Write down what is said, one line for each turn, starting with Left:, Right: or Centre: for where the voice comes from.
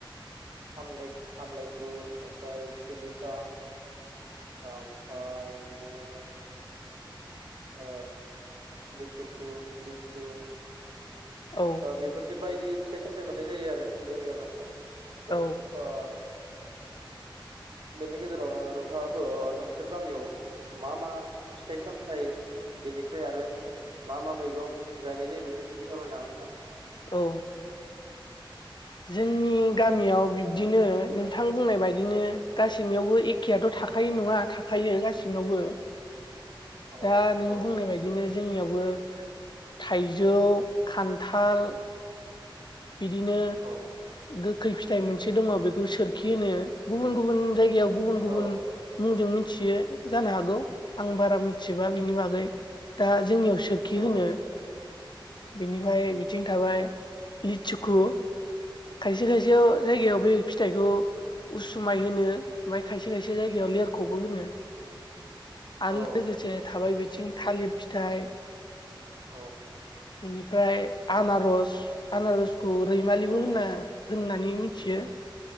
Right: आमलाय आमलायगु ओमफाय सिलिखा ओमफाय बिदिनो ओ लिटुखु, लिसु
Left: औ
Right: ओ बेफोरदि बायदि फिथाइ सामथाइ मोननाय जायो आरो जोंनि गामियाव नोंथां।
Left: औ
Right: ओ
Left: <inaudible>
Right: बेनि गेजेरावनो नोंथाङाबो नोंसोर गामियाव मा मा फिथाइ सामथाइ बेनिफ्राय आरो मा मा मैगं गायनाय जायो बेखौ ससे फोरमायनो हागोन नोंथां?
Left: औ। जोंनि गामियाव बि बिदिनो नोंथां बुंनाय बायदिनो गासिनियावबो एखेआथ थाखायो नङा थाखायो गासिनावबो
Right: औ
Left: दा नों
Right: औ
Left: बुंनाय बायदिनो जोंनियावबो थाइजौ, खान्थाल बिदिनो
Right: औ
Left: गोखै फिथाइ मोनसे दङ बेखौ सोरखि होनो। गुबुन गुबुन जायगायाव गुबुन गुबुन
Right: औ
Left: मुंजों मिथियो जानो हागौ। आं बारा मिथिजोबा बिनि बागै दा जोंनियाव सोरखि
Right: औ
Left: होनो। बेनिफ्राय बिथिं थाबाय लिसुखु खायसे खायसे
Right: औ
Left: जायगायाव बे फिथाइखौ उसुमाय होनो ओमफाय खायसे खायसे जायगायाव लेरखबो होनो आरो
Right: औ
Left: लोगोसे थाबाय बिथिं थालिर फिथाइ
Right: औ औ
Left: बेनिफ्राय
Right: औ
Left: आनारस आनारसखौ रैमालिबो
Right: औ
Left: होनना होननानै मिथियो